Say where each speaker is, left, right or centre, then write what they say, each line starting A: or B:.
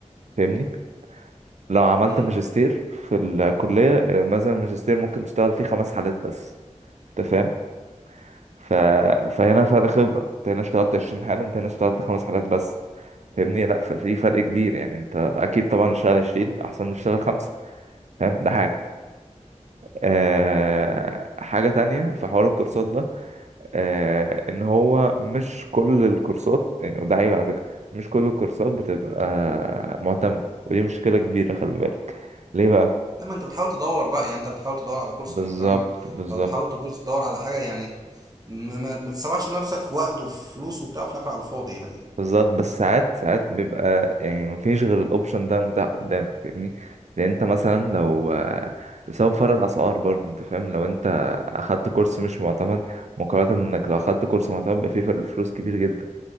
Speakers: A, on the right (about 65°); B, on the right (about 30°).
A: فاهمني لو عملت
B: امم
A: ماجستير في الكلية آه، مثلا الماجستير ممكن تشتغل فيه خمس حالات بس انت فاهم ف... فهنا فرق خبرة انت هنا اشتغلت عشرين حالة انت هنا اشتغلت خمس حالات بس فاهمني لا ففي فرق كبير يعني انت اكيد طبعا اشتغل عشرين احسن من اشتغل خمسة فاهم ده حاجة أه حاجة تانية في حوار الكورسات ده أه ان هو مش كل الكورسات يعني وده عيب على فكرة مش كل الكورسات بتبقى معتمدة ودي مشكلة كبيرة خلي بالك ليه بقى
B: لما انت بتحاول تدور بقى يعني انت بتحاول تدور على كورس
A: بالظبط
B: معتمد
A: بالظبط
B: او تحاول تبص تدور على حاجه يعني ما, ما, ما تسوحش نفسك في وقت وفي فلوس وبتاع في الاخر على الفاضي يعني
A: بالظبط بس ساعات ساعات بيبقى يعني مفيش غير الاوبشن ده متاح قدامك فاهمني لان انت مثلا لو آه، بسبب فرق الاسعار برضه انت فاهم لو انت اخدت كورس مش معتمد مقارنة انك لو اخدت كورس معتمد بيبقى فيه فرق فلوس كبير جدا